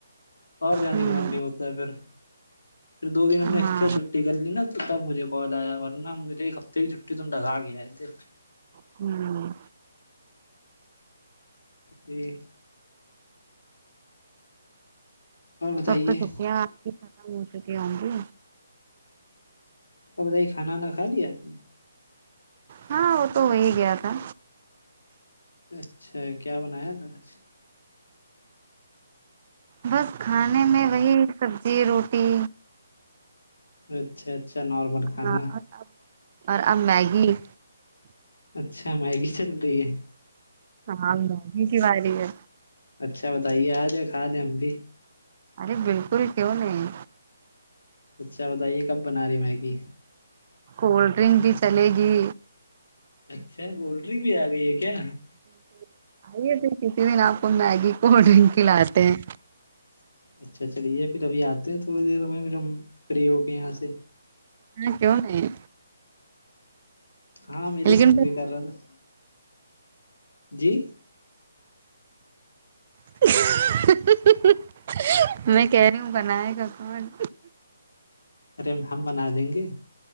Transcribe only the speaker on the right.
ہوں
ہاں
ہوں
سب تو سکں کی ختم ہو چکی ہوں گی
ہاں وہی گیا تھا
بس
کھانے
میں وہی سبزی روٹی
ہاں اور اب اور اب میگی
ہاں الدازی کی والی ہے
ارے بالکل ہی ہو نہیں
کولڈ ڈرنک بھی چلے گی
ج <unintelligible> کسی دن آپ کو میگی کو ڈرنک کلاتے ہیں
ہ کہوں نہیں
لیکن
<unintelligible> میں کہہ رہی ہوں بنائے گا کون